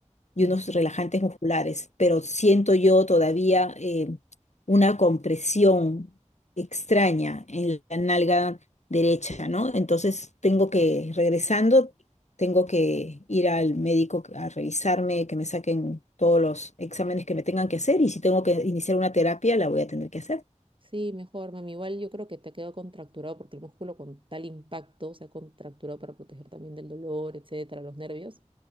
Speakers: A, on the left; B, on the right.
A: y
B: Ujú.
A: unos relajantes musculares, pero siento yo todavía eh, una compresión extraña en la nalga derecha, ¿no? Entonces tengo que,
B: Sí,
A: regresando, tengo que ir al médico a revisarme, que me saquen todos los exámenes que me tengan que hacer y si tengo que iniciar una terapia, la voy a tener que hacer.
B: Sí, mejor, mami. Igual yo creo que te ha quedado contracturado porque el músculo con tal impacto se ha contracturado para proteger también del dolor, etcétera, los nervios.